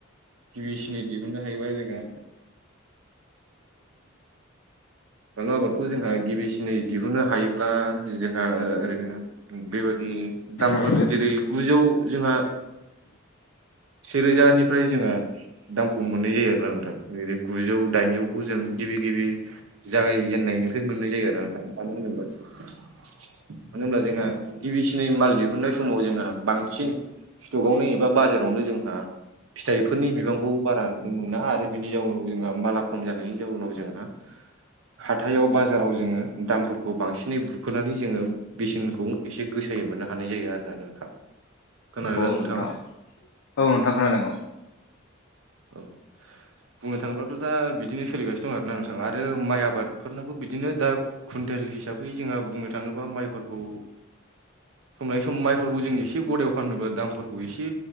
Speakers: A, on the right; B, on the left.
A: गिबिसिन दिहुननो हायोबा जोंहा बानलु आबादखौ जोंहा गिबिसिनै दिहुननो हायोब्ला जोंहा ओरैनो बेबादि दामफोर
B: औ
A: जेरै गुजौ जोंहा सेरोजानि फ्राय जोंहा दामखौ मोननाय जायो आरोना नोंथां जेरै गुजौ दाइनजौखौ जों गिबि गिबि जागायजेननायनिफ्राय मोननाय जायो आर ना मानो होनोब्ला मानो होनब्ला जोंहा गिबिसिनै माल दिहुननाय समाव जोंहा बांसिन स्टकआवनो एबा बाजारावनो जोंहा फिथाइफोरनि बिबांखौ बारा नुनो मोना आरो बिनि जाउनाव जोंहा माला खम जानायनि जाउनाव जोंहा हाथायाव बाजाराव जोङो दामफोरखौ बांसिनै बुखोनानै जोङो बेसेनखौ एसे गोसायै मोननो हानाय जायो आरो ना नोंथां खोनादोंना
B: नोंथां
A: नोंथाङा?
B: औ नोंथां खोनादों औ।
A: औ। बुंनो थाङोब्लाथ' दा बिदिनो सोलिगासिनो दं आरोना नोंथाङा आरो माइ आबादफोरनाबो बिदिनो दा कुइन्टेल हिसाबै जोंहा बुंनो थांङोब्ला माइफोरखौ समनाय सम माइफोरखौ जों एसे गदायाव फाननोबा दामफोरखौ एसे